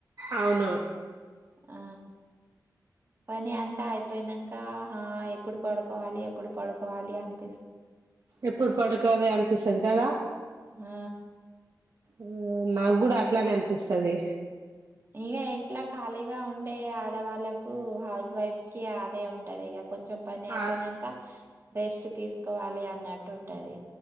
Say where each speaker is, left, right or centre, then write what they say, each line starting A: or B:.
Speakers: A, on the right; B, on the right.
A: అవును
B: ఆ పని అంతా ఐపోయినం ఆహా ఎప్పుడు పడుకోవాలి ఎప్పుడు పడుకోవాలి అని
A: ఎప్పుడు పడుకోవాలి అనిపిస్తది కదా
B: ఆ
A: ఊ నాకు కూడా అట్లానే అన్పిస్తాది
B: ఇగ ఇంట్లో ఖాళీగా ఉండే ఆడవాళ్ళలకు హౌస్ వైఫ్స్ కి ఆదే ఉంటాది ఇగ కొంచెం పని అయిపోయినంక
A: ఆ
B: రెస్ట్ తీసుకోవాలి అన్నట్టు ఉంటాది